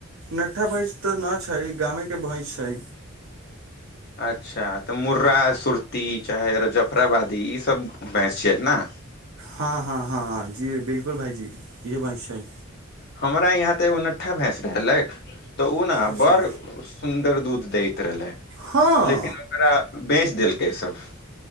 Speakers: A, on the right; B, on the left.
A: नठा बैस तऽ न छै गामे के भैंस छै
B: अच्छा तऽ मुर्रा सुरती चाहे जफराबादी ईसभ भैंस छिय ने
A: हँ हँ हँ जी बिलकुल भाइजी इह ब छैी
B: हमरा यहाँ तऽ एगो नट्ठा भैंस रहलथि तऽ ओ ने
A: अच्छा
B: बड़ सुन्दर दूध दै रहल
A: हँ
B: लेकिन ओकरा बे देलकै सब